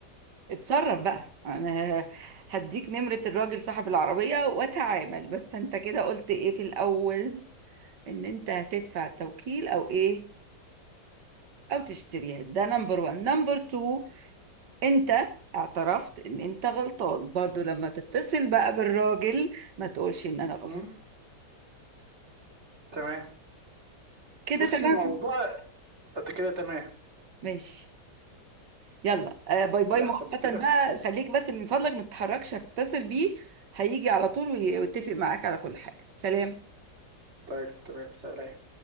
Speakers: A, on the right (about 80°); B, on the right (about 40°).
A: اتصرف بقى انا هديك نمرة الراجل صاحب العربية واتعامل بس انت كده قلت ايه في الاول ان انت هتدفع التوكيل او ايه او تشتريها ده نمبر وان نمبر تو انت اعترفت ان انت غلطان برضو لما تتصل بقى بالراجل ما تقولش ان انا غلطان
B: م? تمام
A: كده
B: بصي
A: تمام
B: موضوع أنت كده تمام
A: ماشي يلا آه باي
B: في
A: باي
B: أحسن
A: مؤقتا
B: من كده؟
A: بقى خليك بس من فضلك ما تتحركش هتصل بيه هيجي على طول وي- ويتفق معاك على كل حاجة سلام
B: طيب تمام سلام